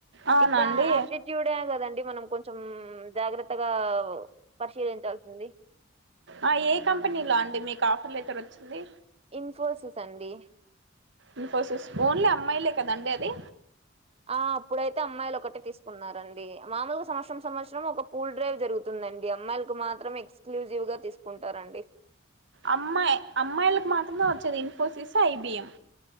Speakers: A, on the right (about 65°); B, on the right (about 30°).
A: అవునా
B: ఇంకా
A: అండి
B: ఆయాప్టిట్యూడే కదండి మనం కొంచం జాగ్రత్తగా పరిశీలించాల్సింది
A: ఆ ఏ కంపెనీలో అండి మీకు ఆఫర్ లెటర్ వచ్చింది
B: ఇంన్ఫోసిస్ అండి
A: ఇన్ఫోసస్ ఓన్లీ అమ్మాయిలే కదండి అది
B: ఆ అప్పుడైతే అమ్మాయిలు ఒకటే తీసుకున్నారండి మామూలుగా సంవత్సరం సంవత్సరం ఒక పూల్ డ్రైవ్ జరుగు ందండి అమ్మాయిలకు మాత్రమే ఎక్స్క్లూజివ్ గా తీసుకుంటారండి
A: అమ్మాయి అమ్మాయిలకు మాత్రమే వచ్చది ఇన్ఫోసిస్ ఐబిఎం